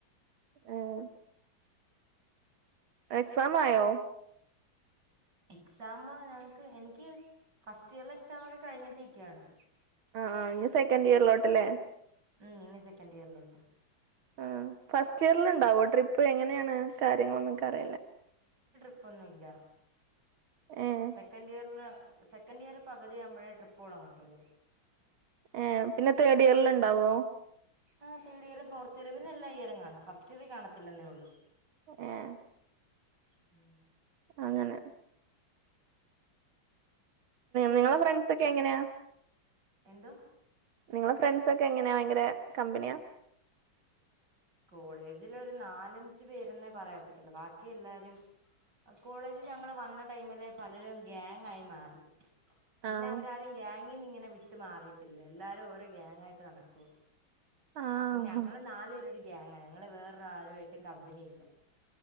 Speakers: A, on the right; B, on the right.
A: ആഹ് എക്സാമായോ?
B: എക്സാമ് ഞങ്ങക്ക് എനിക്ക് ഫസ്റ്റിയറിലെ എക്സാമൊക്കെ കഴിഞ്ഞിട്ടിരിക്കയാണ്.
A: ആഹ് ഇനി സെക്കൻഡ് ഇയറിലോട്ടല്ലേ?
B: ഉം ഇനി സെക്കൻഡ് ഇയറിലോട്ട്
A: ഉം ഫസ്റ്റ് ഇയർല്ണ്ടാവോ ട്രിപ്പ്? എങ്ങനെയാണ്? കാര്യങ്ങളൊന്നും ഇൻക്കറിയില്ല
B: പ്പൊന്നുല്ല
A: ഏഹ്
B: സെക്കന്റിയർലാ സെക്കന്റിയർ പകുതിയാവുമ്പഴേ ട്രിപ്പ് തൊടങ്ങത്തുള്ളൂ
A: ഏഹ് പിന്നെ തേർഡിയർല്ണ്ടാവോ?
B: ആ തേർഡിയർ ഫോർത്ത് ഇയർ പിന്നെ എല്ലാ ഇയറും കാണും. ഫസ്റ്റ് ഇയറിൽ കാണത്തില്ലന്നേ ഒള്ളൂ
A: ഏഹ്
B: ഉം
A: അങ്ങനെ നിങ്ങളെ ഫ്രണ്ട്സൊക്കെ എങ്ങനെയാ?
B: എന്തുവാ?
A: നിങ്ങളെ ഫ്രണ്ട്സൊക്കെ എങ്ങനെയാ ഭയങ്കര കമ്പനിയാ?
B: കോളേജിലൊരു നാലഞ്ച് പേരെന്നെ പറയാ ഒക്കത്തുള്ളു. ബാക്കി എല്ലാരും, കോളേജി ഞങ്ങള് വന്ന ടൈമിലേ പലരും ഗ്യാങ്ങായി മാറി. പിന്നെ
A: ആഹ്
B: അവരാരും ഗ്യാങ്ങീന്ന് ഇങ്ങനെ ട്ട് മാറിയിട്ടില്ല. എല്ലാരും ഓരോ ഗ്യാങ്ങായിട്ട് നടക്കുവാ
A: ആഹ്
B: അപ്പൊ ഞങ്ങള് നാല് ഗ്യാങ്ങാ. ഞങ്ങള് വേറൊരു ആരുവായിട്ടും കമ്പനി ഇല്ല